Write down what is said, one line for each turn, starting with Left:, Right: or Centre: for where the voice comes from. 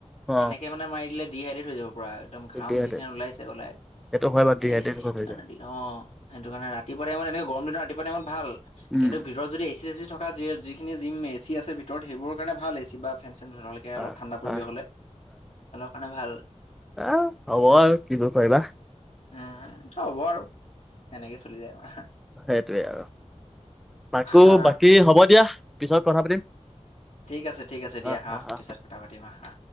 Centre: অ
Left: এনেকে মানে মাৰি লে ডিহাইড্ৰেত হৈ যাব। পুৰা একদম ঘাম
Centre: ডিহাইড্ৰেট
Left: যিখনি ওলাইছে-ওলাই।
Centre: সেইটো হয় বাৰু ডিহাইড্ৰেট
Left: এই এইটো
Centre: হৈ
Left: কাৰণে
Centre: যায়
Left: দিগ, অ', সেইটো কাৰণে ৰাতিপুৱা টাইমত ইনা গৰম দিনত ৰাতিপুৱা টাইমত ভাল,
Centre: উম
Left: কিন্তু ভিতৰত যদি এচি চেচি থকা যি-যিখিনি জিম এ চি আছে ভিতৰত সেইবোৰৰ কাৰণে ভাল এচি বা ফেন চেন এনেকে
Centre: হয়
Left: অলপ ঠাণ্ডা পৰিৱেশ
Centre: হয়
Left: হ'লে। মানে ভাল
Centre: অহ, হ'ব আৰু কিনো কৰিবা,
Left: উম, হ'ব আৰু সেনেকে চলি যায় আমাৰ।
Centre: সেইটোৱে আৰু। আকৌ
Left: হা
Centre: বাকী হ'ব দিয়া। পিছত কথা পাতিম
Left: ঠিক আছে-ঠিক আছে দিয়া,
Centre: অ
Left: হা
Centre: অ অ
Left: পিছত কথা পাতিম হা-হা